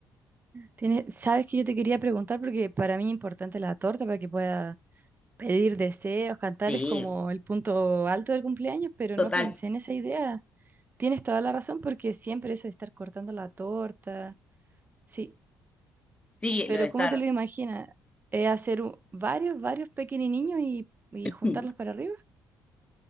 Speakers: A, on the right; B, on the left.
A: Tiene- sabes que yo te quería preguntar, porque para mí es importante la torta para que pueda pedir deseos, cantar
B: Sí,
A: es como el punto alto del cumpleaños, pero
B: total.
A: no pensé en esa idea. Tienes toda la razón porque siempre eso de estar cortando la torta. Sí,
B: Sí,
A: Pero
B: lo de estar.
A: ¿cómo te lo imaginas? ¿Es hacer u- varios, varios pequeñinos y, y
B: <clears throat>
A: juntarlos para arriba?